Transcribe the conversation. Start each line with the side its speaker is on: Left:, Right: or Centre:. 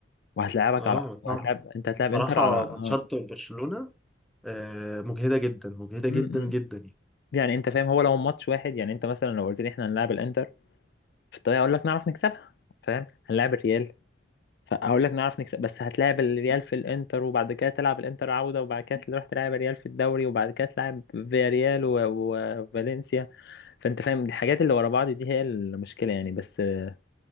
Left: وهتلاعبك
Centre: اه
Left: على وهتلاعب
Centre: صعب
Left: انت هتلاعب
Centre: بصراحه
Left: انتر على اه
Centre: ماتشات برشلونه آه، مجهدة جدا مجهدة
Left: مم.
Centre: جدا جدا يعني
Left: يعني انت فاهم هو لو ماتش واحد يعني انت مثلا لو قلت لي احنا هنلاعب الانتر في الطريق اقول لك نعرف نكسبها فاهم هنلاعب الريال فاقول لك نعرف نكسب بس هتلاعب الريال في الانتر وبعد كده تلعب الانتر عودة وبعد كده تروح تلعب الريال في الدوري وبعد كده تلعب فياريال و- وفالنسيا فانت فاهم الحاجات اللي ورا بعض دي هي المشكلة يعني بس آه،